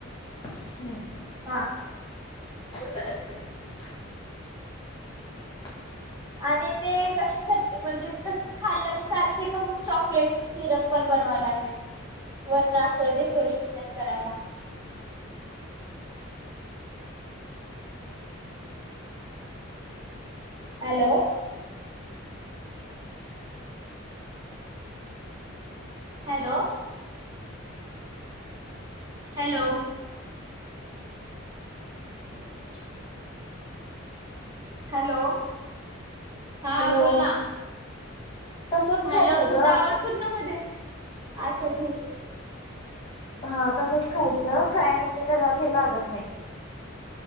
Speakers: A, on the left; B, on the right.
A: हम्म.
B: हा.
A: <unintelligible> <inaudible>
B: आनी ते कशासाठी म्हणजे खाल्लं तत चालते का मग चॉकलेट्स सिरप पण बनवा लागेल वरनं असं डेकोरेशन तेन करायला. Hello hello. हॅलो <unintelligible> हॅलो हा
A: हॅलो
B: बोल ना,
A: तसच खायचं
B: हॅलो तुझा
A: ग
B: आवाज कुठन मध्येच अच्छा ठीकेय.
A: हा तसच खायचं काय असं त्याच्यात हे लागत नाई.